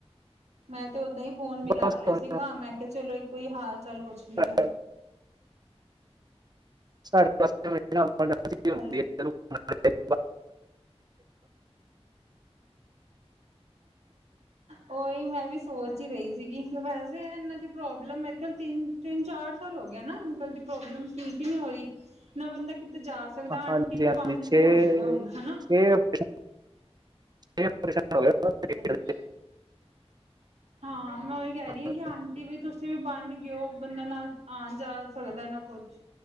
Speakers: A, on the right (about 80°); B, on the right (about 40°).
A: ਮੈਂ ਤੇ ਓਦਾਂ ਹੀ ਫੋਨ ਮਿਲਾ
B: ਬਸ
A: ਲਿਆ
B: ਹੁਣ
A: ਸੀਗਾ ਮੈਂ ਕੇਆ ਚਲੋ ਇੱਕ ਕੋਈ ਹਾਲ ਚਾਲ ਪੁੱਛ
B: ਸਾਡੇ
A: ਲਈਏ
B: ਸਾੇ <inaudible>
A: ਹਲ ਓਹੀ ਮੈਂ ਵੀ ਸੋਚ ਈ ਰਈ ਸੀਗੀ ਵੈਸੇ ਇਨਾਂ ਦੀ ਪ੍ਰੋਬਲਮ ਮੇਰੇ ਖਿਆਲ ਤਿੰਨ ਤਿੰਨ-ਚਾਰ ਸਾਲ ਹੋ ਗਿਆ ਨਾ ਅੰਕਲ ਦੀ ਪ੍ਰੋਬਲਮ ਠੀਕ ਹੀ ਨੀ ਹੋ ਰਹੀ ਨਾ ਬੰਦਾ ਕਿਤੇ ਜਾ ਸਕਦਾ
B: ਹਾਂਜੀ
A: ਆਂਟੀ ਵੀ
B: ਹਾਂਜੀ
A: ਬੰਨ
B: ਛੇ
A: ਗਈ ਹੋਣੀ ਆ ਹੁਣ
B: ਛੇ
A: ਹਨਾ।
B: ਛੇ <inaudible>
A: ਅੱਛਾ। ਹਾਂ ਮੈਂ ਉਹੀ ਕਹਿ
B: ਹੋਏ
A: ਰਹੀ ਹਾਂ ਕਿ ਆਂਟੀ ਵੀ ਤੁਸੀਂ ਵੀ ਬੰਨ ਗਏਊ ਬੰਦਾ ਨਾ ਆਜਾ ਸਕਦਾ ਨਾ ਕੁਛ।